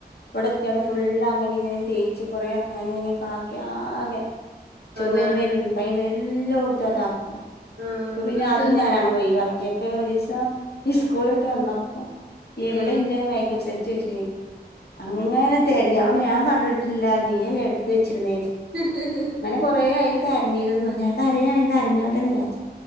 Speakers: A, on the left (about 70°); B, on the right (about 80°).
A: ഇവടെത്യാണ്ട്
B: ഉം
A: ഫുള്ള് അങ്ങനെ ഇങ്ങനും തേച്ച് കൊറേ അങ്ങനെ ഇങ്ങനൊക്കാക്കി ആകെ ചൊമര്മ്മലും
B: അതാണ്
A: കൈമ്മലും എല്ലോട്ത്തും അതാക്കും
B: ആഹ്
A: അപ്പൊ
B: നമ്മള്
A: പിന്നെ
B: ശ്രദ്ധ
A: അതും ഞാനങ്ങനൊയ് വാക്കി അപ്പം ഒരീസം സ്കൂള്ട്ട്
B: ഉം
A: വെന്നപ്പോ ഇവിടെ
B: ഉം
A: ന്റെ മെയ്ക്കപ്പ് സെറ്റ് വെച്ചീനി അങ്ങനെ തെരഞ് ഞാ പർഞ് ഞാൻ കണ്ടിട്ടില്ല നീയല്ലേ എടുത്ത് വെച്ചിരുന്നേ ച്ച്
B: ഹ് ഹ് ഹ് ഹ്
A: കുറേ അതിന് കരഞ്ഞിരുന്നു ഞാൻ കരയാണെങ്കിൽ കരഞ്ഞോട്ടെന്ന് വിചാരിച്ചു